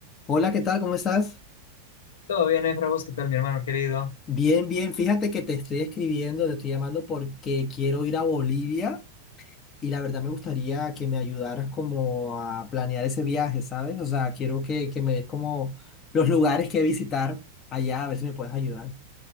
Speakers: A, on the left (about 25°); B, on the left (about 60°).
A: Hola, ¿qué tal? ¿Cómo estás?
B: Todo bien, Efra, ¿vos qué tal, mi hermano querido?
A: Bien, bien. Fíjate que te estoy escribiendo, te estoy llamando porque quiero ir a Bolivia y la verdad me gustaría que me ayudaras como a planear ese viaje, ¿sabes? O sea, quiero que, que me des como los lugares que visitar allá, a ver si me puedes ayudar.